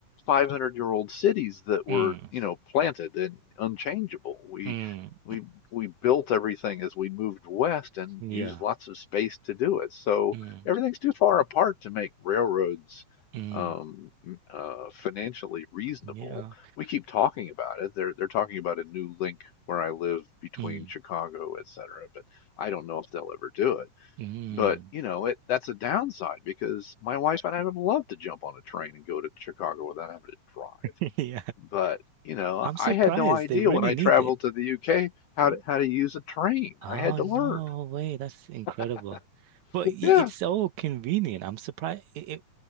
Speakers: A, on the left (about 75°); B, on the right (about 70°).
A: 500 year old cities that were,
B: Mm.
A: you know, planted and unchangeable. We
B: Mm.
A: we we built everything as we moved west and
B: Yeah.
A: used lots of space to do it. So
B: Mm.
A: everything's too far apart to make railroads
B: Mm.
A: um, m- uh, financially reasonable.
B: Yeah.
A: We keep talking about it. They're they're talking about a new link where I live between
B: Mm.
A: Chicago, et cetera, but I don't know if they'll ever do it.
B: Mm.
A: But you know, it that's a downside because my wife and I would love to jump on a train and go to Chicago without having to drive.
B: <laughs> Yeah.
A: But you know,
B: I'm
A: I
B: surprised
A: had no idea
B: they really
A: when I
B: need
A: traveled
B: it.
A: to the UK how
B: Y-
A: to how to use a train.
B: Oh
A: I had to
B: no
A: learn.
B: way, that's incredible.
A: <laughs>
B: But y-
A: Yeah,
B: it's so convenient. I'm surprised it, it,